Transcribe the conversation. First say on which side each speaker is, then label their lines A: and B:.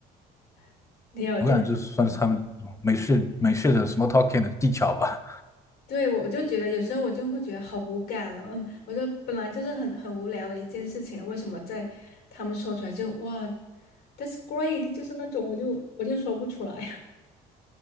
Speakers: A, on the left (about 70°); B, on the left (about 15°).
A: <laughs> 你有这种？
B: 我感觉这算是他们美式美式的
A: 吗？
B: small talking 的技巧吧。
A: 对，我我就觉得有时候我就会觉得好无感了，<laughs> 我就本来就是很很无聊的一件事情，为什么在他们说出来就哇，that's great，就是那种我就我就说不出来。<laughs>